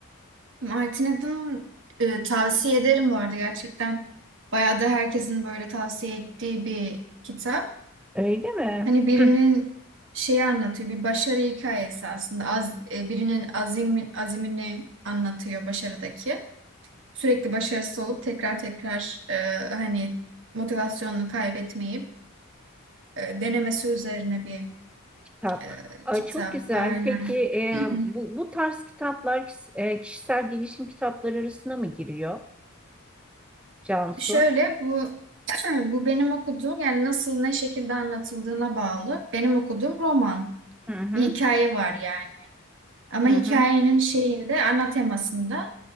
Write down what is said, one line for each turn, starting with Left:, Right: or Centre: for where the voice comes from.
Right: Martin Eden e, tavsiye ederim bu arada gerçekten. Bayağı da herkesin böyle tavsiye ettiği bir kitap.
Centre: Öyle mi?
Right: Hani birinin
Centre: <clears throat>
Right: şeyi anlatıyor, bir başarı hikayesi aslında. Az, e, birinin azim, azimini anlatıyor başarıdaki. Sürekli başarısız olup tekrar tekrar e, hani motivasyonunu kaybetmeyip e, denemesi üzerine bir
Centre: kitap.
Right: e,
Centre: Ay,
Right: kitap.
Centre: çok güzel.
Right: Aynen.
Centre: Peki
Right: <clears throat>
Centre: e, bu, bu tarz kitaplar kis- e, kişisel gelişim kitapları arasına mı giriyor Cansu?
Right: Şöyle bu <clears throat> bu benim okuduğum yani nasıl ne şekilde anlatıldığına bağlı. Benim okuduğum roman.
Centre: Hı hı,
Right: Bir hikaye var yani. Ama
Centre: hı
Right: hikayenin
Centre: hı,
Right: şeyinde ana temasında